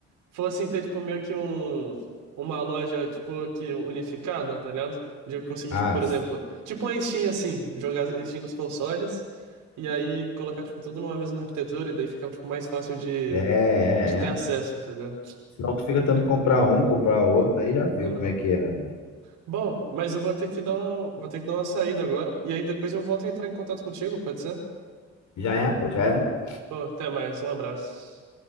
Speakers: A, on the right (about 90°); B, on the left (about 75°).
A: fosse em ter, tipo, meio que um, uma loja, tipo, que unificada, tá ligado? De eu conseguir,
B: Ah,
A: tipo, por exemplo, tipo a Steam, assim, jogar a Steam nos consoles e aí colocar, tipo, tudo numa mesma arquitetura e daí ficar, tipo, mais fácil de,
B: é, é,
A: de ter
B: é.
A: acesso, tá ligado?
B: Senão tu fica tendo que comprar um, comprar outro. Aí já viu
A: Aham.
B: como é que é. né?
A: Bom, mas eu vou ter que dar um, vou ter que dar uma saída agora e aí depois eu volto a entrar em contato contigo, pode ser?
B: Já é, pô, já é.
A: Pô, até mais, um abraço.